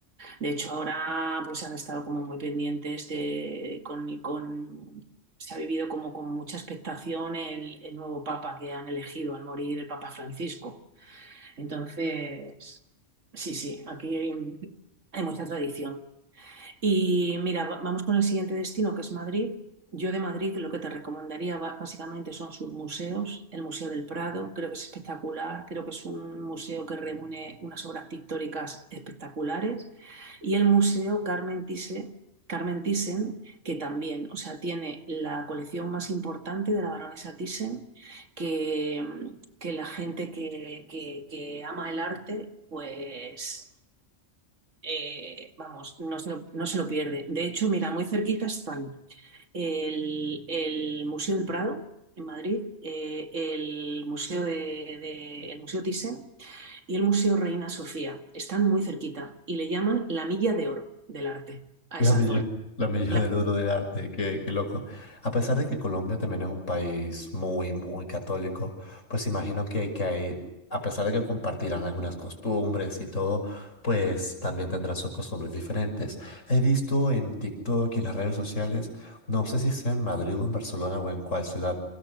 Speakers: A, on the right; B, on the left.
A: De hecho, ahora pues han estado como muy pendientes de con, con- se ha vivido como con mucha expectación el, el nuevo papa que han elegido al morir el Papa Francisco. Entonces, sí, sí, aquí hay, hay mucha tradición. Y mira, va- vamos con el siguiente destino, que es Madrid. Yo de Madrid lo que te recomendaría ba- básicamente son sus museos, el Museo del Prado, creo que es espectacular, creo que es un museo que reúne unas obras pictóricas espectaculares, y el Museo Carmen Thyssen, Carmen Thyssen, que también, o sea, tiene la colección más importante de la baronesa Thyssen, que, que la gente que, que- que ama el arte, pues eh, vamos, no se, lo, no se lo pierde. De hecho, mira, muy cerquita están el, el Museo del Prado en Madrid, eh, el Museo de, de- el Museo Thyssen y el Museo Reina Sofía. Están muy cerquita y le llaman la milla de oro del arte a
B: La
A: esa
B: milla,
A: zona.
B: la milla
A: La-
B: del oro del arte, qué, qué loco. A pesar de que Colombia también es un país muy, muy católico, pues imagino que, hay que hay, a pesar de que compartirán algunas costumbres y todo, pues también tendrán sus costumbres diferentes. He visto en TikTok y en las redes sociales, no sé si sea en Madrid o en Barcelona o en cuál ciudad,